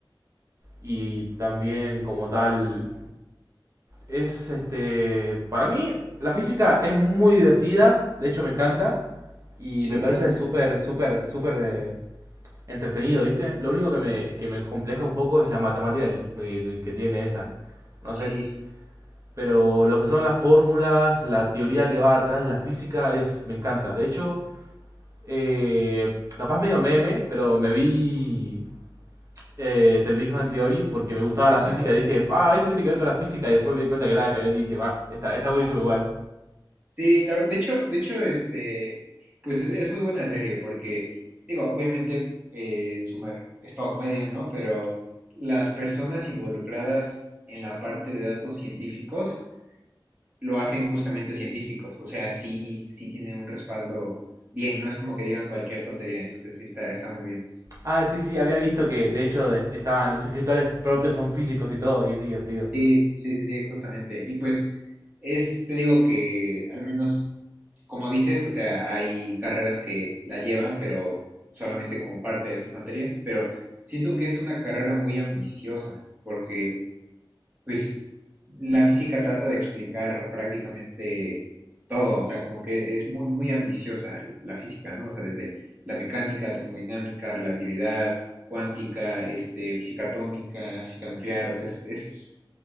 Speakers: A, on the right (about 40°); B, on the right (about 20°).
A: y también como tal es este, para mí la física es muy divertida, de hecho me encanta y
B: sí,
A: me parece
B: órale.
A: súper, súper, súper eh, entretenido, ¿viste? Lo único que me, que me compleja un poco es la matemática que, que- que tiene esa. No
B: Sí.
A: sé, pero lo que son las fórmulas, la teoría que va atrás de la física, es me encanta. De hecho, eh, capaz medio meme, pero me vi eh, The Big Bang Theory porque me gustaba la
B: Ah,
A: física.
B: órale.
A: y Dije, ah, esto tiene que ver con la física. Y después me di cuenta que nada que ver y dije, va, está, está buenísimo igual.
B: Sí, la, ver- de hecho, de hecho, este, pues es, es muy buena serie porque, digo, obviamente eh, en su ma- es todo comedia, ¿no? Pero las personas involucradas en la parte de datos científicos lo hacen justamente científicos, o sea, sí, sí tiene un respaldo bien, no es como que digan cualquier tontería, entonces sí está, está muy bien.
A: Ah, sí, sí, había visto que de hecho de- estaban los escritores propios son físicos y todo, y es divertido.
B: Sí, sí, sí, sí, justamente. Y pues es, te digo que al menos, como dices, o sea, hay carreras que la llevan, pero solamente como parte de sus materias, pero siento que es una carrera muy ambiciosa, porque pues la física trata de explicar prácticamente todo, o sea, como que es muy, muy ambiciosa la física, ¿no? O sea, desde la mecánica, termodinámica, relatividad, cuántica, este, física atómica, física nuclear, o sea, es, es